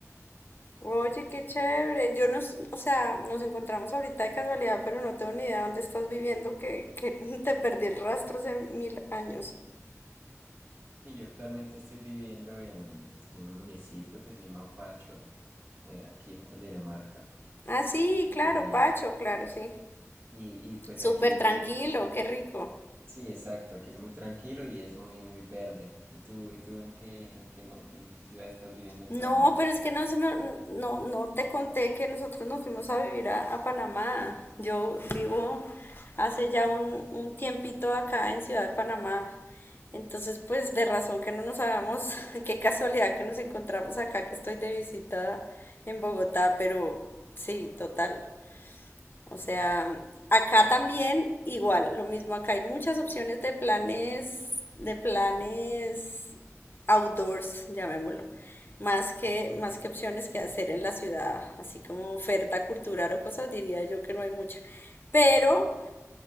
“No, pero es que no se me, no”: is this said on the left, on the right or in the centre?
Left